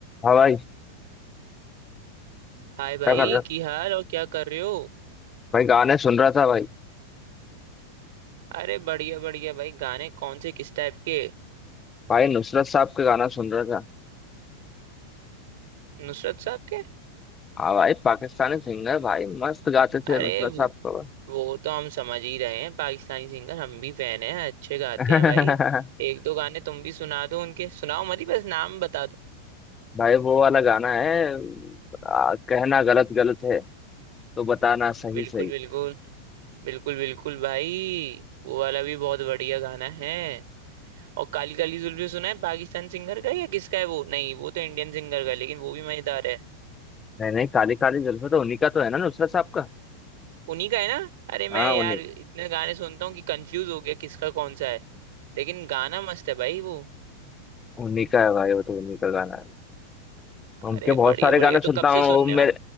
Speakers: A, on the left; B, on the right.
A: हाँ भाई
B: हाय भाई
A: क्या कर रहा
B: की हाल और क्या कर रहे हो
A: भाई गाने सुन रहा था भाई
B: अरे बढ़िया बढ़िया भाई गाने कौन से किस टाइप के
A: भाई नुसरत साहब के गाना सुन रहा था
B: नुसरत साहब के
A: हाँ भाई पाकिस्तानी सिंगर भाई मस्त गाते थे
B: अरे
A: नुसरत
B: वो,
A: साहब को
B: वो तो हम समझ ही रहे हैं पाकिस्तानी सिंगर हम भी फैन हैं अच्छे गाते
A: भाई
B: हैं भाई
A: <laughs>
B: एक दो गाने तुम भी सुना दो उनके सुनाओ मत ही बस नाम बता दो
A: भाई वो वाला गाना है आ, कहना गलत गलत है तो बताना सही
B: बिल्कुल
A: सही
B: बिल्कुल बिल्कुल बिल्कुल भाई वो वाला भी बहुत बढ़िया गाना है और काली काली जुल्फी सुना है पाकिस्तान सिंगर का या किसका है वो नहीं वो तो इंडियन सिंगर का है, लेकिन वो भी मजेदार है
A: नहीं नहीं काली काली जुल्फे तो उन्हीं का तो है ना नुसरत साहब का
B: उन्हीं का है ना अरे मैं
A: हाँ
B: यार
A: उन्हीं
B: इतने गाने सुनता हूँ कि कंफ्यूज हो गया किसका कौन सा है लेकिन गाना मस्त है भाई वो
A: उन्हीं का है भाई वो तो उन्हीं का गाना है उनके
B: अरे
A: बहुत
B: बढ़िया
A: सारे
B: बढ़िया
A: गाने
B: तो
A: सुनता
B: कब
A: हूँ
B: से सुन
A: वो मेरे
B: रहे हो